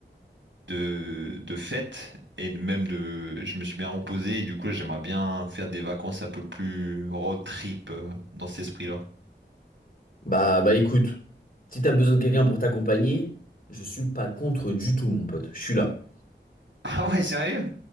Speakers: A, on the right (about 80°); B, on the left (about 50°).
A: de de fête et de- même de je me suis bien reposé et du coup, j'aimerais bien faire des vacances un peu plus road trip euh, dans cet esprit-là.
B: Bah, bah écoute, si t'as besoin de quelqu'un pour t'accompagner, je suis pas contre du tout, mon pote. Je suis là.
A: <laughs> Ah ouais, sérieux?